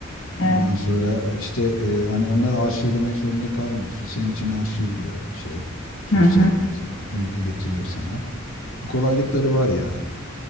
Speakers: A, on the left (about 65°); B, on the left (about 80°).
A: Evet.
B: Ondan sonra işte eee, hani onları arşivlemek zorunda kalmıyorsun. Senin için arşivliyor şey sosyal
A: Hı hı.
B: medya önüne getiriyor sana. Bu kolaylıkları var yani.